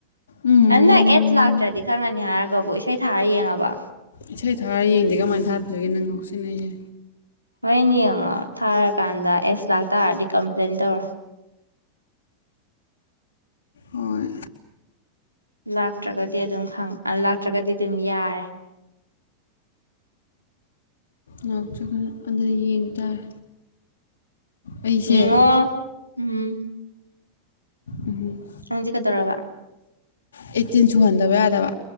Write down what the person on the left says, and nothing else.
ꯎꯝ
ꯏꯁꯩ ꯊꯥꯔꯒ ꯌꯦꯡꯗꯦ ꯀꯃꯥꯏꯅ ꯊꯥꯗꯣꯏꯔꯤꯒꯦ ꯅꯪ ꯉꯥꯎꯁꯤꯟꯅꯩ ꯍꯦ꯫
ꯍꯣꯏ
ꯂꯥꯛꯇ꯭ꯔꯥꯒꯅ ꯑꯗꯨ ꯌꯦꯡ ꯇꯥꯔꯦ꯫ ꯑꯩꯁꯦ____
ꯎꯝꯍꯝ
ꯑꯩꯠꯇꯤꯟ ꯁꯨꯍꯟꯗꯕ ꯌꯥꯗꯕ